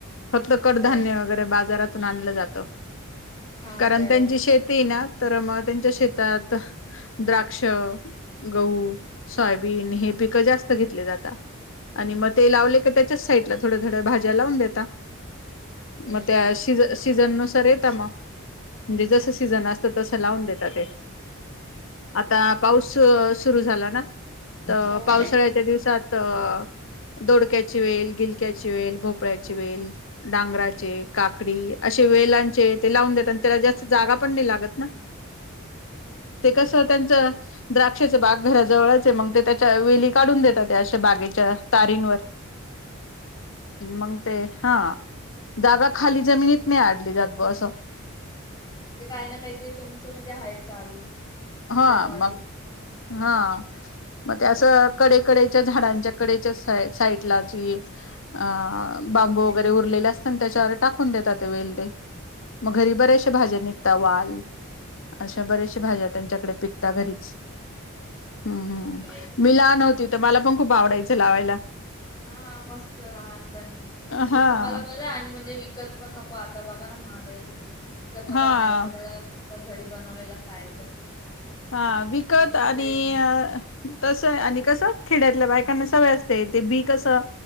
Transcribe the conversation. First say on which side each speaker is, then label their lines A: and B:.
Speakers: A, on the left (about 65°); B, on the left (about 20°).
A: फक्त
B: हा
A: कडधान्य
B: काय
A: वगैरे बाजारातून आणलं जातं
B: हा
A: कारण
B: काय
A: त्यांची शेती ना तर मग त्यांच्या शेतात द्राक्ष गहू
B: हा
A: सोयाबीन
B: हा
A: हे पिकं जास्त पिकले जात आणि मग ते लावले क त्याच्याच साईड ला थोड्या थोड्या भाज्या लावून देता.
B: हा काय
A: म त्या सीज सीझन नुसार येत, मग म्हणजे,
B: हा.
A: जसं सीझन असतं तसं लावून देतात ते. आता पाऊस सुरु झाला ना. अ
B: हो.
A: पावसाळ्याच्या दिवसात अ दोडक्याची वेल, गिलक्याची वेल, भोपळ्याची वेल,, डांगराचे काकडी असे वेलांचे ते लावून देत त्याला जास्त जागा पण नाही लागत ना
B: हा थोडीच
A: ते कस त्यांच द्राक्षाचे बाग घराजवळच आहे मग ते त्याच्या वेली काढून देतात त्या अशा बागेच्या तारींवर
B: हा काय?
A: मग ते, हा जागा खाली जमिनीत नाही अडली जात ब असं
B: हा म्हणजे काही ना काही तरी तुमचं म्हणजे हाय चालू सीझन
A: हा
B: वारी.
A: मग हा मग ते, असं कडेकडेच्या झाडांच्या कडेच्या साईडला जी अ बांबू वगैरे उरलेले असतना त्याच्यावर टाकून देतात ते वेल ते- मग घरी बरेचशे भाज्या निघता वाल अशा बरेचशे
B: हा काय
A: भाज्या त्यांच्याकडे पिकता घरीच हम्म्
B: हा
A: हम्म
B: काय
A: मी लाहान हो ते तिथं मला पण खूप आडायचं लावायला.
B: हा मस्त लहानपणी म्हणजे
A: हा
B: तुम्हाला ब आणि म्हणजे विकत पण नको आता बघा ना महागाई किती, विकत नको
A: हा
B: आणायला सगळं म घरी बनवलेलं खायचं
A: हा, विकत
B: फ्रेश
A: आणि
B: फ्रेश
A: तसं आहे आणि कसं खेड्यातल्या बायकांना सवय असते ते बी कसं